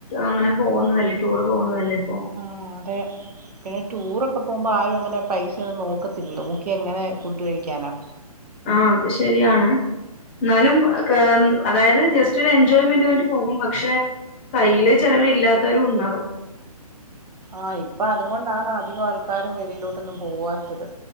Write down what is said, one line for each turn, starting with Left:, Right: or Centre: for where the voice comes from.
Left: അങ്ങനെ പോകുന്നതല്ലേ ടൂറ് പോകുന്നതല്ലേ ഇപ്പൊ
Right: ആഹ അതെ പിന്നെ റ്റുറൊക്കെ ഒക്കെ പോമ്പോ ആരും അങ്ങനെ പൈസ ഒന്നും നോക്കത്തില്ലോ നോക്യാ ഇങ്ങനെ ഫുഡ് കഴിക്കാനാ
Left: ആഹ അത് ശരിയാണ് എന്നാലും ക അതായത് ജസ്റ്റ് ഒരു എൻജോയ്മെന്റ് വേണ്ടി പോകും പക്ഷെ കയ്യില് ചിലർ ഇല്ലാത്തവരും ഉണ്ടാവും
Right: ആഹ ഇപ്പൊ അത് കൊണ്ടാണ് അധികം ആൾക്കാരും വെളിയിലോട്ടൊന്നും പോവാത്തത്